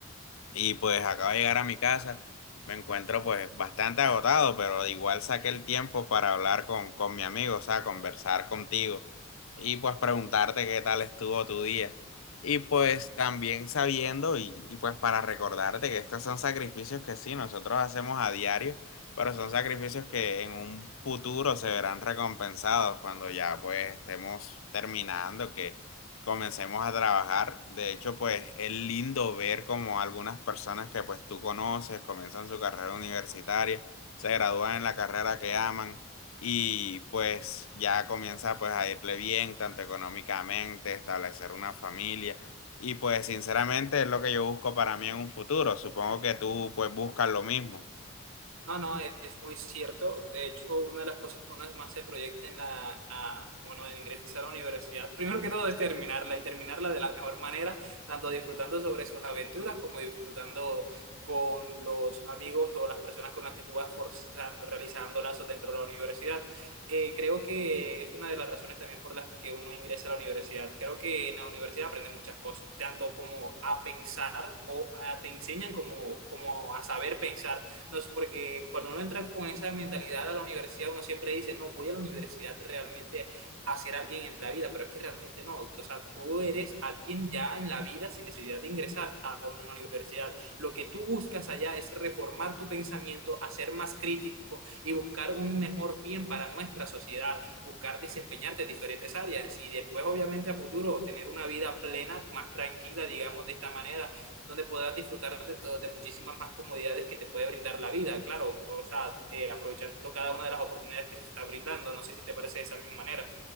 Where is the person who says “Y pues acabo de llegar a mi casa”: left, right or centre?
Left